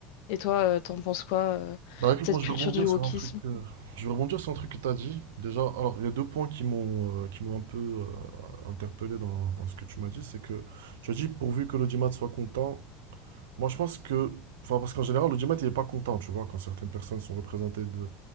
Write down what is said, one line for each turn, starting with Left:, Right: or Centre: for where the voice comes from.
Left: Et toi, euh, t'en penses quoi, euh, de
Right: Bah écoute,
Left: cette
Right: moi je
Left: culture
Right: vais rebondir
Left: du wokisme?
Right: sur un truc, euh, je vais rebondir sur un truc que tu as dit. Déjà, alors il y a deux points qui m'ont euh, qui m'ont un peu euh, interpellé dans, dans ce que tu m'as dit, c'est que tu as dit pourvu que l'audimat soit content, Moi, je pense que, enfin, parce qu'en général, le l'audimat, il n'est pas content, tu vois, quand certaines personnes sont représentées de,